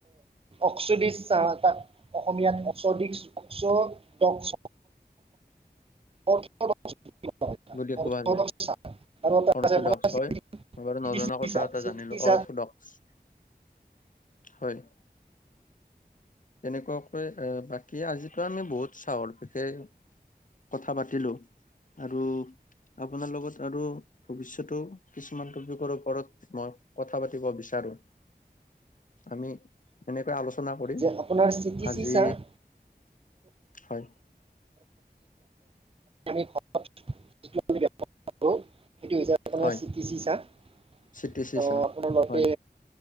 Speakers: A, on the right; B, on the left.
A: অক্সিডিচ চাহ এটা অসমীয়াত অক্সডিচ অক্সডক্স অৰ্থডক্স বুলি কোৱা হয় তাক
B: বুলি কোৱা
A: অৰ্থডক্স
B: যায়
A: চাহ। আৰু এটা
B: অৰ্থডক্স
A: আছে আপোনাৰ
B: হয়। মই বাৰু
A: চিটিচি
B: নজনা কথা
A: চাহ
B: এটা
A: চিটিচি
B: জানিলো
A: চাহ
B: অৰ্থডক্স। হয়। তেনেকুৱাকৈ অ বাকী আজিতো আমি বহুত চাহৰ বিশে কথা পাতিলো আৰু আপোনাৰ লগত আৰু ভৱিষ্যতো কিছুমান তপিকৰ ওপৰত মই কথা পাতিব বিচাৰো। আমি এনেকৈ আলোচনা কৰিম।
A: যে আপোনাৰ স্থিতি
B: আজি
A: চি চাহ।
B: হয়।
A: আমি যিটো আমি ব্যৱহাৰ কৰোঁ সেইটো হৈছে আপোনাৰ
B: হয়
A: চিতি চি চাহ।
B: চি টি চি
A: অহ
B: চাহ
A: আপোনাৰ মতে
B: হয়